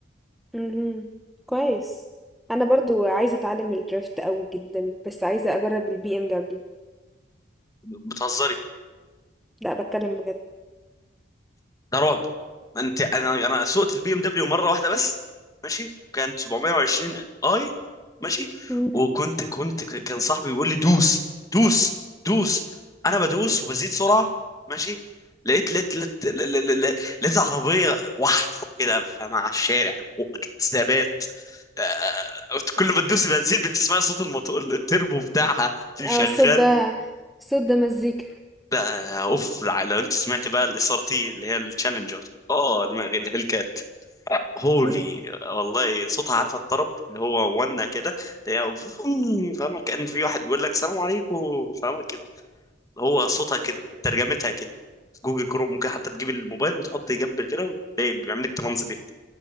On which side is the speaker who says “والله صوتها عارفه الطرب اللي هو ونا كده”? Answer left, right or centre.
Left